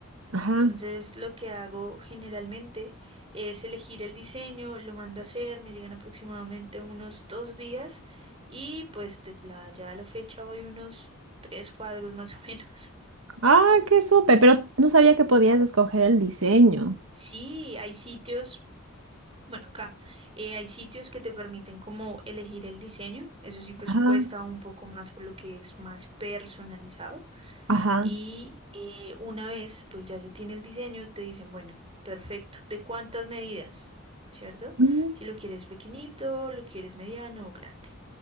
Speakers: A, on the right (about 70°); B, on the right (about 30°).
A: Ajá.
B: Entonces, lo que hago generalmente es elegir el diseño, lo mando a hacer, me llegan aproximadamente unos dos días y pues de la, ya a la fecha voy unos tres cuadros <laughs> más o menos.
A: Ah, qué súper, pero no sabía que podías escoger el diseño.
B: Sí, hay sitios, bueno, acá eh, hay sitios que te permiten como elegir el diseño, eso sí, pues
A: Ajá,
B: cuesta un poco más por lo que es más personalizado
A: ajá.
B: Y eh, una vez, pues ya se tiene el diseño, te dicen, bueno, perfecto, ¿de cuántas medidas? ¿Cierto?
A: Mm,
B: Si lo quieres pequeñito, lo quieres mediano o grande.